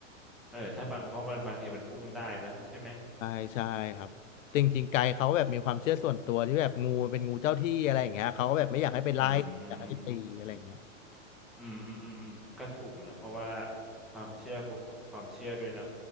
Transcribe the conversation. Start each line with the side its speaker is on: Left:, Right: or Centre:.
Centre: เออถ้าบางเพราะมันบางทีมันพุ่งได้เนอะใช่ไหม
Left: ใช่ใช่ครับจริงๆไกด์เขาแบบมีความเชื่อส่วนตัวที่แบบงูมันเป็นงูเจ้าที่อะไรอย่างเงี้ยเขาก็แบบไม่อยากให้ไปไล่อยากให้ไปตีอะไรอย่างเงี้ย
Centre: อืมอืมอืมอืมอืมก็ถูกนะเพราะว่าความเชื่อบุความเชื่อด้วยเนาะ